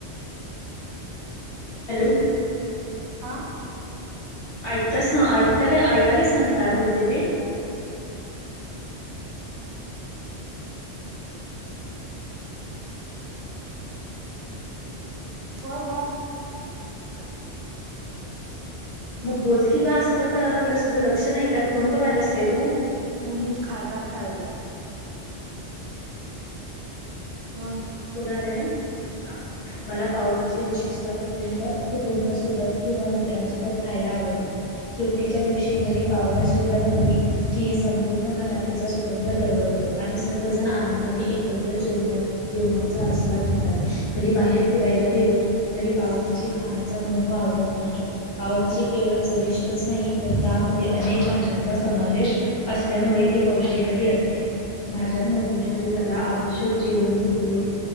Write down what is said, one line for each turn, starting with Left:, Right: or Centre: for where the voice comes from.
Left: हॅलो
Right: हा
Left: ऐकताच ना ऐकता ऐकालेच ना मी काय बोलते ते?
Right: हो हो
Left: मग बोल की का असं काय करायला लागेलस तुझं लक्ष नाही काय फोन बघालास काय तू.
Right: ह् हम खाय रा खाय दे. म्हणून
Left: कुठ आलेलो हा मला पावभाजी विशेषता कुटुंब कुटुंबासोबत किंवा मित्रासोबत खायला आवडते. सुट्टीच्या दिवशी घरी पावभाजी बनवली कि संपूर्ण घरात तिचा सुगंध दरवळ आणि सर्वजण आनंदाने एक त्र जेवण्यात जेवणाचा आस्वाद घेतात कधी बाहेर फिरायला गेलो. तरी पावभाजी खाण्याचा मोह आवरत नाही. पावभाजी केवळ चविष्टच नाइ तर त्यामध्ये अनेक भाज्यांचा समावेश असल्यामुळे ती पौष्टिकही असते भाज्यांमधून शरीराला आवश्य जग जीवन सत्वे,